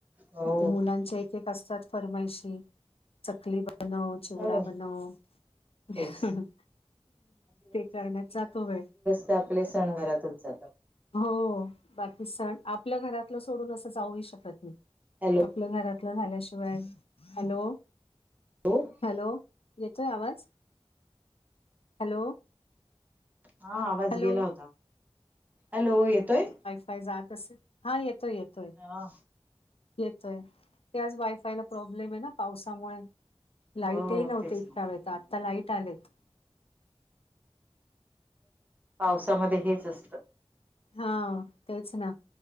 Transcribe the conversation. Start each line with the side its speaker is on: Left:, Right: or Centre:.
Right: हो
Left: इथं मुलांच्या एक एक असतात फरमायशी, चकली बनव चिवडा
Right: ह
Left: बनव हम्म,
Right: तेच
Left: ते करण्यात जातो वेळ.
Right: ते आपले सणवारातच जातात.
Left: हो, बाकी सण. आपल्या घरातलं सोडून असं जाऊही शकत नाही.
Right: हॅलो
Left: आपलं घरातलं झाल्याशिवाय. हॅलो.
Right: <unintelligible>
Left: हॅलो, येतोय आवाज? हॅलो.
Right: हा, आवाज
Left: हॅलो,
Right: गेला होता. हॅलो, येतोय?
Left: <unintelligible> हा, येतोय येतोय
Right: हा
Left: येतोय. त्याचं वायफायला प्रॉब्लेम आहे ना, पावसामुळे. लाईटही
Right: हो
Left: नव्हते
Right: तेच
Left: इतका
Right: ना
Left: वेळेेत, आता लाईट आलेत.
Right: पावसामध्ये हेच असतं.
Left: हा, तेच ना.